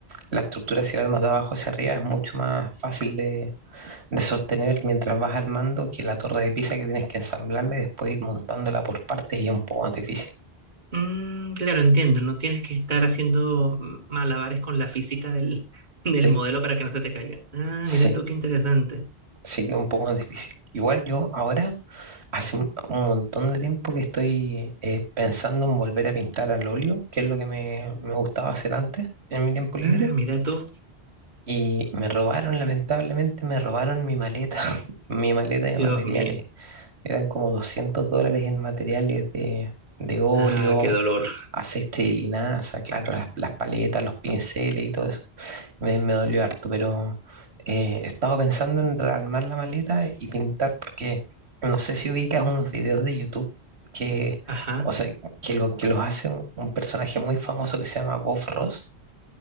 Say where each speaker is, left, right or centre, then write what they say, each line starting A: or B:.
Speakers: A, on the right (about 80°); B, on the right (about 45°).
A: la estructura, si la armas de abajo hacia arriba, es mucho más fácil de, de sostener mientras vas armando que la Torre de Pisa, que tienes que ensamblarla y después ir montándola por partes y es un poco más difícil.
B: Mm, claro, entiendo. No tienes que estar haciendo mm, malabares con la física del, <laughs> del
A: Sí,
B: modelo para que no se te caiga. Ah,
A: sí.
B: mira tú, qué interesante.
A: sí que es un poco más difícil. Igual yo ahora, hace un, un montón de tiempo que estoy eh, pensando en volver a pintar al óleo, que es lo que me, me gustaba hacer antes en mi tiempo libre.
B: Ah, mira tú.
A: Y me robaron, lamentablemente, me robaron mi maleta, <laughs> mi maleta de
B: Dios
A: materiales.
B: mío.
A: Eran como 200 dólares en materiales de, de óleo,
B: Ah, qué dolor.
A: aceite de linaza, claro, las, las paletas, los pinceles y todo eso me, me dolió harto, pero eh, he estado pensando en rearmar la maleta y pintar porque no sé si ubicas unos videos de YouTube que,
B: Ajá.
A: o sea, que, lo, que los hace un, un personaje muy famoso que se llama Bob Ross,